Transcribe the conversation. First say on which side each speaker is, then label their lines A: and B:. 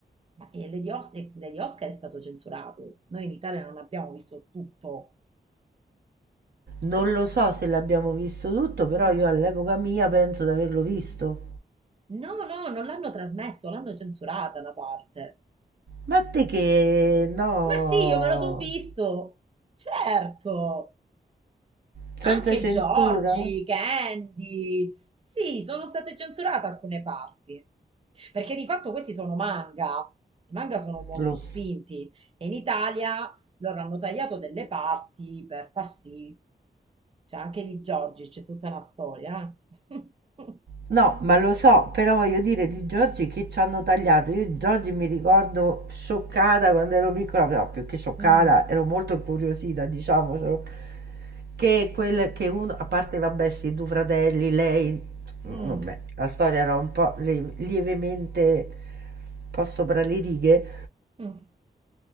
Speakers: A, on the right (about 35°); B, on the right (about 75°).
A: Ma eh, Lady, Os- eh, Lady Oscar è stato censurato. Noi in Italia non abbiamo visto tutto.
B: Non lo so se l'abbiamo visto tutto, però
A: No,
B: io all'epoca mia penso di averlo visto.
A: no, no, non l'hanno trasmesso, l'hanno censurata una parte.
B: Ma te che no,
A: Ma sì, io me lo so visto. Certo.
B: senza
A: Anche
B: censura?
A: Giorgi, Candy. Sì, sono state censurate alcune parti. Perché di fatto questi sono manga. I manga sono molto
B: Lo
A: spinti
B: so.
A: e in Italia loro hanno tagliato delle parti per far sì. Cioè, anche di Giorgi c'è tutta una storia. eh. <laughs>
B: No, ma lo so, però voglio dire di Giorgi che ci hanno tagliato. Io Giorgi mi ricordo scioccata quando ero piccola, però più che scioccata,
A: Mm.
B: ero molto incuriosita, diciamocelo, che quel che uno, a parte vabbè, sti due fratelli, lei, insomma,
A: Mm.
B: vabbè, la storia era un po' le- lievemente un po' sopra le righe,
A: Mm.